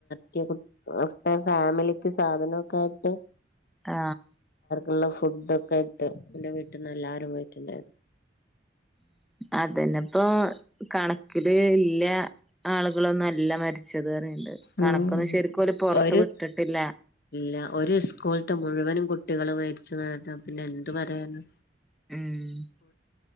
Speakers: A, on the left; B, in the centre.
A: <unintelligible> ഫാമിലി ത്ത് സാധന ഒക്കെ ആയിട്ട്
B: ആ
A: ഉള്ള ഫുഡ് ഒക്കെ ഇട്ട് എന്റെ വീട്ടിന്ന് എല്ലാരും പോയിട്ടുണ്ടായിരുന്നു
B: അതന്നെപ്പോ കണക്കില് ഇല്ല ആളുകളൊന്നും അൽ ജില്ല മരിച്ചത് അറിയണ്ട്
A: ഉം
B: കണക്കൊന്നും ശരിക്കും ഓല് പൊറത്ത്
A: ഒരു
B: വിട്ടിട്ടില്ല
A: ഇല്ല ഒരു സ്കൂളത്തെ മുഴുവനും കുട്ടികളും മരിച്ചന്നുകേട്ട പിന്നെ എന്ത് പറയാനാ
B: ഉം